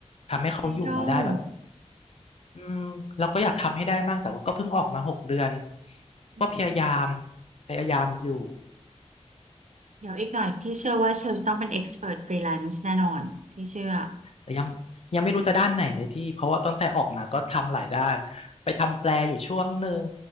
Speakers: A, on the left (about 60°); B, on the right (about 80°).
A: ทำให้เขาอยู่มาได้แบบ
B: ไอดอล
A: อืมเราก็อยากทำให้ได้มั่งแต่ว่าก็เพิ่งออกมาหกเดือน
B: อืม
A: ก็พยายามพยายามอยู่
B: เดี๋ยวอีกหน่อยพี่เชื่อว่าเชลจะต้องเป็นเอ็กซ์เพรสฟรีแลนซ์แน่นอนพี่เชื่อ
A: แต่ยังยังไม่รู้จะด้านไหนเลยพี่เพราะว่าตั้งแต่ออกมาก็ทำหลายด้านไปทำแปลอยู่ช่วงหนึ่ง